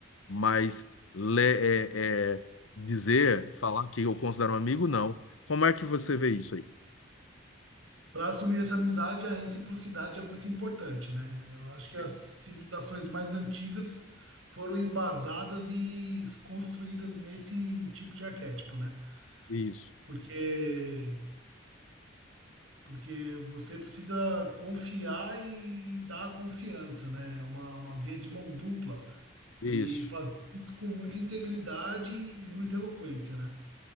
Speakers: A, on the left (about 80°); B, on the right (about 85°).
A: Mas le- é- é, dizer, falar que eu considero um amigo, não. Como é que você vê isso aí?
B: Para assumir essa amizade, a reciprocidade é muito importante, né? Eu acho que as
A: Sim.
B: civilizações mais antigas foram embasadas e construídas nesse tipo de arquétipo, né?
A: Isso,
B: Porque porque você precisa confiar e dar a confiança, né? É Uma, uma via de mão dupla.
A: isso.
B: E fazer isso com muita integridade e muita eloquência, né?